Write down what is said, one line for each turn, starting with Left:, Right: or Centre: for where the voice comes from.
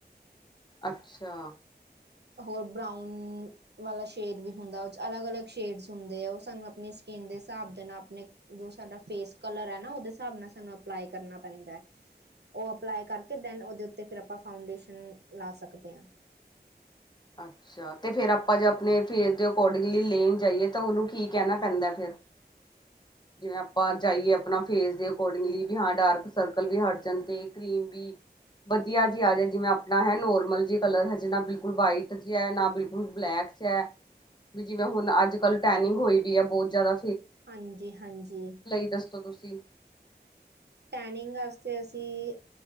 Left: ਅੱਛਾ।
Right: ਹੋਰ ਬਰਾਊਨ ਵਾਲਾ ਸ਼ੇਡ ਵੀ ਹੁੰਦਾ ਉਹ ਅਲੱਗ- ਅਲੱਗ ਸ਼ੇਡਸ ਹੁੰਦੇ ਆ। ਉਹ ਸਾਨੂੰ ਆਪਣੀ ਸਕਿੰਨ ਦੇ ਹਿਸਾਬ ਦੇ ਨਾਲ ਆਪਣੇ ਜੋ ਸਾਡਾ ਫੇਸ ਕਲਰ ਹੈ ਨਾ ਉਹਦੇ ਹਿਸਾਬ ਨਾਲ ਸਾਨੂੰ ਅਪਲਾਈ ਕਰਨਾ ਪੈਂਦਾ। ਉਹ ਅਪਲਾਈ ਕਰਕੇ ਦੈਨ ਉਹਦੇ ਉੱਤੇ ਫਿਰ ਆਪਾਂ ਫਾਉਡੇਸ਼ਨ ਲਾ ਸਕਦੇ ਹਾਂ।
Left: ਅੱਛਾ, ਤੇ ਫੇਰ ਆਪਾਂ ਜੇ ਆਪਣੇ ਫੇਸ ਦੇ ਅਕੋਰਡਿੰਗਲੀ ਲੈਣ ਜਾਈਏ ਤਾਂ ਉਹਨੂੰ ਕੀ ਕਹਿਣਾ ਪੈਂਦਾ ਫਿਰ। <inaudible> ਜਿਵੇਂ ਆਪਾਂ ਜਾਈਏ ਆਪਣਾ ਫੇਸ ਦੇ ਅਕੋਰਡਿੰਗਲੀ ਵੀ ਹਾਂ ਡਾਰਕ ਸਰਕਲ ਵੀ ਹਟ ਜਾਣ ਤੇ ਕਰੀਮ ਵੀ। ਵਧੀਆ ਜੀ ਆ ਜਾ ਜਿਵੇਂ ਆਪਣਾ ਹੈ ਨੋਰਮਲ ਜੀ ਕਲਰ ਹੈਜੇ ਨਾ ਬਿਲਕੁਲ ਵਾਈਟ ਨਾ ਬਿਲਕੁਲ ਬਲੈਕਸ ਹੈ। ਵੀ ਜਿਵੇਂ ਹੁਣ ਅੱਜ ਕਲ ਟੈਨਿੰਗ ਹੋਈ ਵੀ ਹੈ ਬਹੁਤ ਜਿਆਦਾ
Right: ਹਾਂਜੀ- ਹਾਂਜੀ।
Left: ਦੱਸੋ ਤੁਸੀਂ
Right: ਟੈਨਿੰਗ ਵਾਸਤੇ ਅਸੀਂ